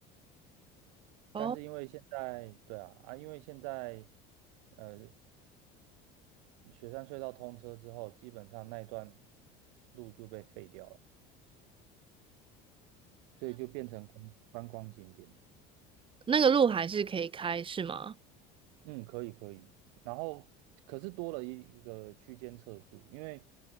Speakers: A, on the right; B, on the right.
A: 哦，
B: 但是因为现在，对啊，啊，因为现在呃，雪山隧道通车之后，基本上那一段路就被废掉了，所以就变成观观光景点了。
A: 那个路还是可以开，是吗？
B: 嗯，可以可以。然后可是多了一一个区间测速，因为